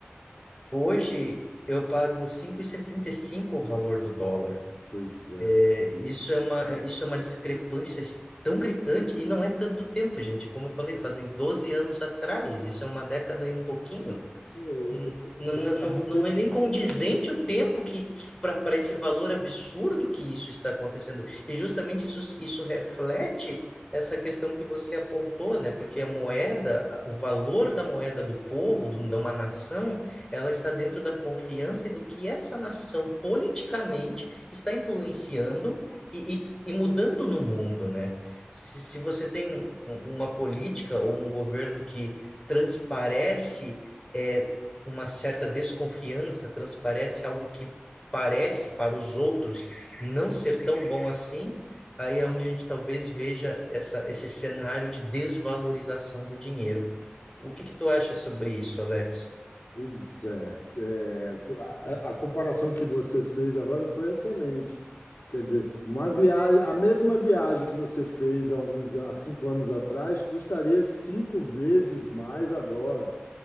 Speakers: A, on the left; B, on the left.
A: Hoje eu pago cinco e e setenta e cinco o valor do dólar.
B: Pois é.
A: É, isso é uma, é- isso é uma discrepância es- tão gritante, e não é tanto tempo, gente. Como eu falei, fazem 12 anos atrás, isso é uma década e um pouquinho.
B: É,
A: N- n-
B: é, Praticamente
A: Não, não, é nem condizente o tempo que, para esse valor absurdo que isso está acontecendo. E justamente isso, isso reflete essa questão que você apontou, né? Porque a moeda, o valor da moeda do povo, do, de uma nação, ela está dentro da confiança e do que essa nação politicamente está influenciando e, e, e mudando no mundo, né? Se, se você tem um- uma política ou um governo que transparece é uma certa desconfiança, transparece algo que parece para os outros não ser tão bom assim, aí é onde a gente talvez veja essa, esse cenário de desvalorização do dinheiro. O que que tu acha sobre isso, Alex?
B: Pois é, é, a, a comparação que você fez agora foi excelente. Quer dizer, uma viagem, a mesma viagem que você fez há alguns, há cinco anos atrás custaria cinco vezes mais agora.